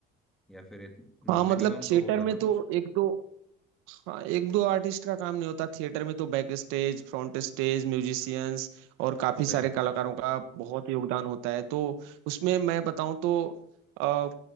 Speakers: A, in the centre; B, on the right.
A: या फिर इत,
B: हाँ
A: मिनिमम
B: मतलब
A: तो
B: थिएटर
A: होगा
B: में
A: ना कुछ
B: तो एक दो हाँ एक दो आर्टिस्ट का काम नहीं होता थिएटर में तो back stage front stage musicians और काफी
A: सही
B: सारे कलाकारों
A: बात है
B: का बहुत योगदान होता है तो उसमें मैं बताऊं तो अ,